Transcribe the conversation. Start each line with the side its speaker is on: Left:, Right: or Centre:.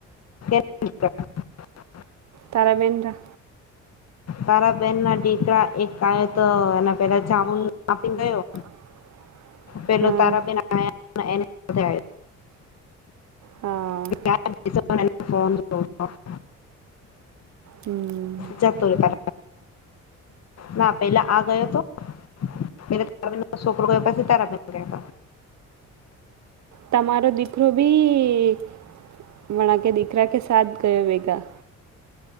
Left: <inaudible>
Right: તારાબેન રા
Left: તારાબેન ના દીકરા એક કાય તો એના પેલા જામુન આપીને ગયો
Right: <inaudible>
Left: પેલા
Right: હા
Left: તારાબેન આયા એની સાથે
Right: હા
Left: આવ્યો હતો ફો. <inaudible>
Right: હમ
Left: જતોય ના પેલા આ ગયો હતો મે તારા સોપ પાસે તારાબેન કતા.
Right: તમારો દીકરો ભી વણા કે દીકરા કે સાથ ગયો વેગા